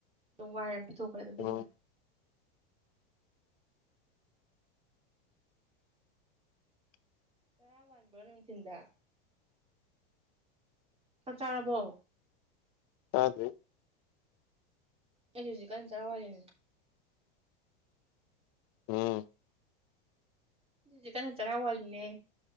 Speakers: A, on the right; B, on the left.
A: ꯑꯗꯨꯝ ꯋꯥꯏꯔ ꯄꯤꯊꯣꯛꯈ꯭ꯔꯦ ꯑꯗꯨꯝ ꯄꯤꯊꯣꯛꯈ꯭ꯔꯦ
B: ꯎꯝ
A: ꯀꯔ ꯋꯥꯕꯅꯃꯤ ꯆꯤꯟꯗ ꯆꯞ ꯆꯥꯔꯕꯣ
B: ꯑꯗꯔꯤ
A: ꯑꯩꯗꯤ ꯍꯧꯖꯤꯛ ꯀꯔꯝ ꯆꯔꯥꯎ ꯍꯜꯂꯤꯅꯦ
B: ꯎꯝ
A: ꯍꯧꯖꯤꯛ ꯀꯟꯅ ꯆꯔꯥꯎ ꯋꯥꯂꯤꯅꯦ